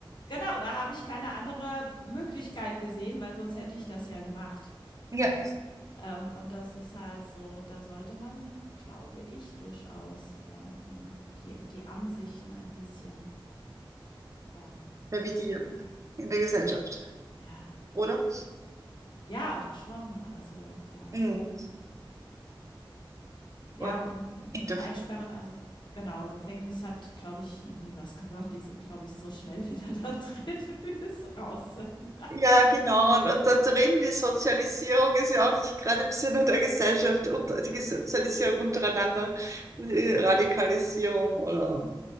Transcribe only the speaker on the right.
Ja.
Revidieren
in der Gesellschaft,
oder?
Mhm.
Oder
in der
Freundschaft.
Ja, genau. Und, und da drin, die Sozialisierung ist ja auch nicht gerade im Sinne der Gesellschaft, und die Sozialisierung untereinander, die Radikalisierung oder